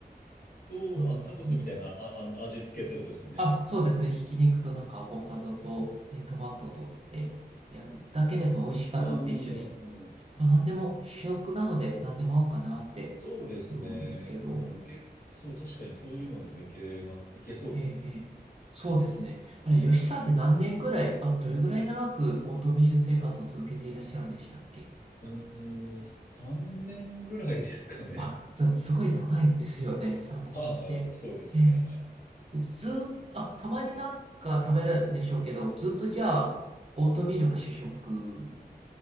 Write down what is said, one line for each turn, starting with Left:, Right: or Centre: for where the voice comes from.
Left: そう、
Right: まうん
Left: あの、タコスみたいな、あ、あの、味付けってことですよね。
Right: あ、そうですね。ひき肉となんかアボカドと、ね、トマトとってやるだけでも美味しいかなって一緒に。
Left: うんうんうんうん。
Right: まあ、何でも主役なので何でも合うかなって思うんですけど。
Left: そうですね。うん。け、そう、確かにそういうのでもいけます。いけそうですね。
Right: ええ、ええ。そうですね。
Left: はいはい。
Right: あれ、吉さんって何年ぐらい、あ、どれぐらい長くオートミール生活を続けていらっしゃるんでしたっけ
Left: うーん、3年ぐらいですかね。
Right: あ、だすごい長いですよね。3年って。
Left: <laughs> まあ、そうですね。
Right: え
Left: はい。
Right: え。ずーっと、あ、たまになんか食べるんでしょうけど、ずっとじゃあ、オートミールが主食